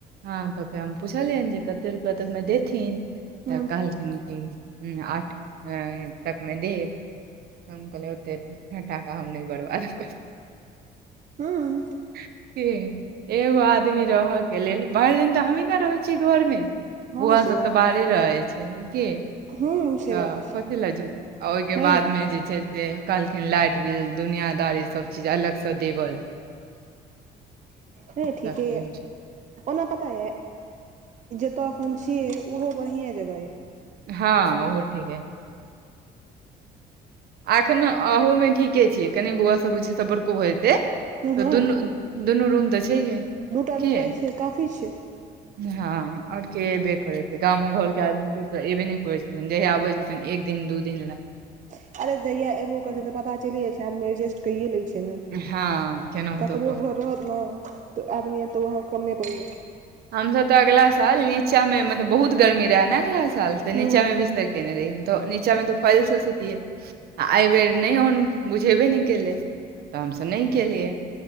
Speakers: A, on the right; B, on the right.
A: हँ तऽ फेर हम पुछलियनि जे कते रुपैआ तकमे देथिन। तऽ
B: हूँ
A: कहलखिन कि उम आठ तकमे देब। त हम कहलियै ओते ह टाकाके हम नहि बर्बाद <unintelligible>
B: हूं
A: के एगो आदमी रहयके लेल भरि दिन तऽ हमही ने रहै छीयै घरमे।
B: हँ
A: बौआ
B: से
A: सभ
B: बात
A: तऽ बाहरे रहै छैय की।
B: हूँ से
A: तऽ
B: बात छै
A: कथी ल झू आ ओहिके
B: नहि
A: बादमे जे छैय से कहलखिन लाइट बिल दुनियादारी सब चीज अलगसँ देब लेल।
B: हय ठीके
A: तखन
B: य
A: छै-
B: ओना पता य जतय एखन छीयै ओहो बढ़िएँ जगह यै।
A: हँ ओहो ठीके य। आ एखनो अहूमे ठीके छियै कनि बौआ सभ बुची सभ बरको भऽ जेतै
B: हँ
A: तऽ
B: हँ
A: दुनू दुनू रूम तऽ छैहे।
B: दूटा
A: के
B: रूम तऽ अइछे काफी छैय।
A: हँ आओर के एबे करय छैय गामो घरके आदमीके त एबे ने करे छैय। जहिया आबै छथिन एक दिन दू दिन लै।
B: अरे जहिया एबो करै छैय तऽ पता चलिये जाइ छैय आदमी एडजेस्ट कैए लै छैय ने
A: हँ केनाहितो
B: कतबो
A: कऽ
B: घर रहत ने तऽ आदमी है एत वहए कमे पड़ि जायत।
A: हम सभ तऽ अगला साल नीचामे मतलब बहुत गर्मी रहे ने अगला साल साल त
B: हूँ
A: नीचामे
B: हूँ
A: बिस्तर केने रहिये है तऽ निचामे मे त फाइलसँ सुतियै आ एहिबेर नहि ओहन उम बुझेबे नहि केलै तऽ हमसभ नहि केलियै।